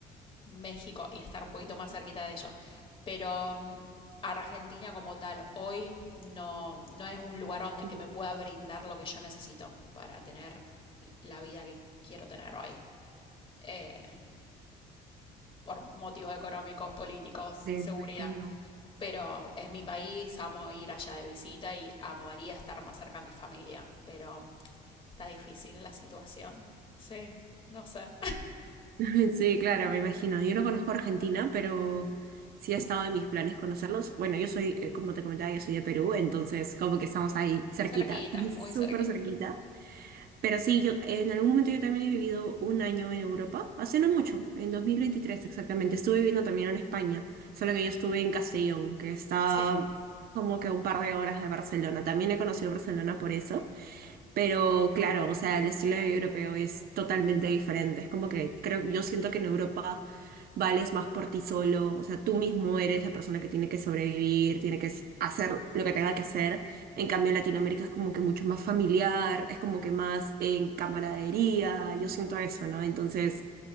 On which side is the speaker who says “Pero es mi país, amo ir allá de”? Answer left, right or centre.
Left